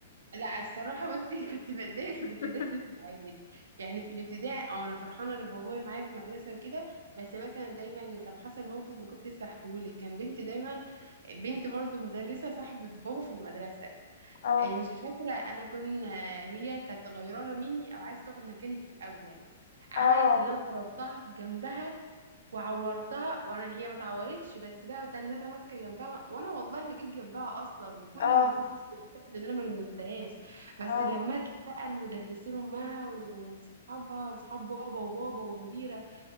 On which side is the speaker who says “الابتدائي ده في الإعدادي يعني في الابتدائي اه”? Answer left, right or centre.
Right